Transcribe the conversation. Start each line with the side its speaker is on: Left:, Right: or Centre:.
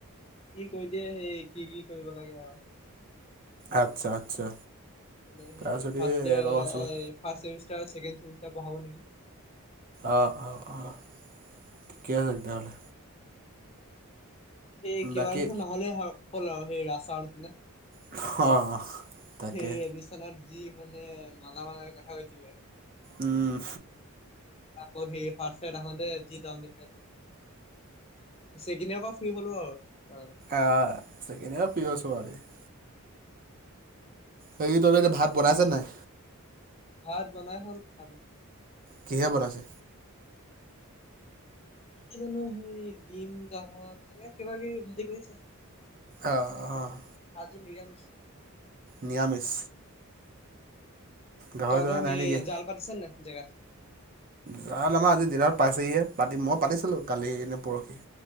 Left: সি কৈ দিয়ে, সেই কি, কি কৰিব লাগে আৰু মানে
Right: আচ্ছা আচ্ছা তাৰপিছতে
Left: সেই ৰ্ফাষ্ট ইয়েৰ
Right: এক আগষ্টলৈ
Left: আ, ৰ্ফাষ্ট ছেমিস্তাৰ, ছেকেণ্ড ছেমিস্তাৰ পঢ়াব নেকি
Right: অ', অ', অ', ঠিকে আছে তেতিয়াহ'লে।
Left: এই কিবা
Right: বাকী
Left: <unintelligible> নহ'লে হয় হ'ল আৰু সেই ৰাজ চাৰৰ নিচিনা
Right: অ'। তাকে
Left: হেৰি এডমিচনত দি মানে মালা বাৰ লগত কথা পাতিছিলে,
Right: উম
Left: আকৌ সেইয়ে ৰ্ফাষ্ট সেইদিনাখনে যি দ'ম দেখাইছে ছেকেণ্ড ইয়েৰৰ প ফ্ৰী হ'লো আৰু অ'।
Right: আ, ছেকেণ্ড ইয়েৰৰ <unintelligible> বাকী তহঁতৰ এতিয়া ভাত বনাইছো নে নাই?
Left: ভাত বনাই হ'ল, খালোঁ।
Right: কিহে বনাইছে?
Left: কি জানো সেই ডিম দাহত এনে কিবা কিবি ভাজি কৰিছে।
Right: অ', অ'।
Left: আজি নিৰামিষ।
Right: নিৰামিষ গাহৰি
Left: তহঁতৰ
Right: চাহৰি নাই
Left: সেই
Right: নেকি?
Left: জাল পাতিছে নাই জেগাত?
Right: জাল আমাৰ আজি দিনত পাইছেহিহে পাতি মই পাতিছিলো কালি নে পৰহি।